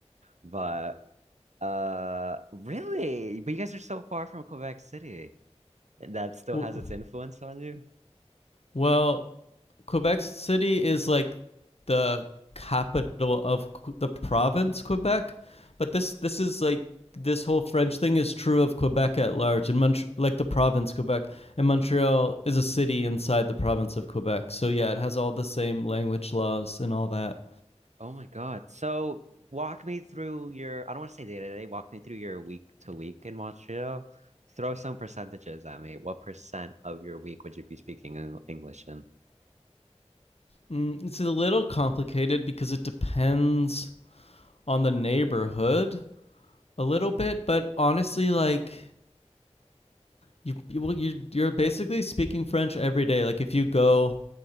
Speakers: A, on the right; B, on the left.
A: But Uh, really? But you guys are so far from Quebec City. That still
B: Well,
A: has its influence on you?
B: Well, Quebec City is like the capital of the province Quebec, but this this is like this whole French thing is true of Quebec at large and Mont- like the province Quebec and Montreal is a city inside the province of Quebec. So yeah, it has all the same language laws and all that.
A: Oh my God. So walk me through your, I don't want to say day to day, walk me through your week to week in Montreal. Throw some percentages at me. What percent of your week would you be speaking Eng- English in?
B: Mm, it's a little complicated because it depends on the neighborhood a little bit, but honestly like you you well, you you're basically speaking French every day. Like if you go